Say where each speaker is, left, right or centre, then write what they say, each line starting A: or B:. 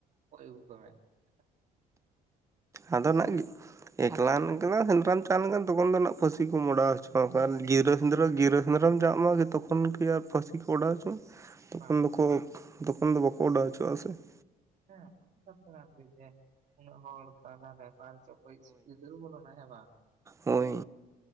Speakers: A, on the right; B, on the right.
A: ᱜᱚᱡ ᱟᱹᱜᱩ ᱠᱚᱢᱮ ᱾
B: ᱟᱫᱚ ᱱᱟᱜ ᱜᱮ ᱮᱠᱞᱟ ᱮᱠᱞᱟᱢ ᱥᱮᱸᱫᱽᱨᱟᱢ ᱪᱟᱞᱟᱣ ᱞᱮᱱᱠᱷᱟᱱ ᱛᱚᱠᱷᱚᱱ ᱫᱚ ᱯᱟᱹᱥᱤ ᱠᱚ ᱚᱰᱟᱣ ᱦᱚᱪᱚᱣᱟᱠᱚᱣᱟ
A: ᱦᱮᱸ ᱦᱮᱸ
B: ᱟᱨ
A: ᱴᱷᱤᱠ
B: ᱜᱤᱨᱟᱹ
A: ᱴᱷᱤᱠ
B: ᱥᱮᱸᱫᱽᱨᱟᱹ ᱜᱤᱨᱟᱹ ᱥᱮᱸᱫᱽᱨᱟᱢ ᱪᱟ ᱢᱟᱱᱮ ᱛᱚᱠᱷᱚᱱ ᱜᱮ ᱟᱨ ᱯᱷᱟᱹᱥᱤ ᱠᱚ ᱚᱰᱟᱣ ᱦᱚᱪᱚ ᱛᱚᱠᱷᱚᱱ
A: ᱵᱟᱝ
B: ᱫᱚᱠᱚ
A: ᱵᱟᱝ
B: ᱛᱚᱠᱷᱚᱱ ᱫᱚ ᱵᱟᱠᱚ ᱚᱰᱟᱣ ᱦᱚᱪᱚᱣᱟᱜ-ᱟ ᱥᱮ ᱾
A: ᱦᱮᱸ ᱥᱟᱯᱨᱟᱢ ᱜᱮᱡᱮᱨ ᱩᱱᱟᱹᱜ ᱦᱚᱲ ᱛᱟᱞᱟᱨᱮ ᱚᱠᱟᱨᱮ ᱪᱚ ᱚᱠᱚᱭ ᱪᱤᱠᱟᱹ ᱫᱟᱸᱲ ᱵᱚᱞᱱᱟ ᱦᱮᱸ ᱵᱟᱝ?
B: ᱦᱚᱭ ᱾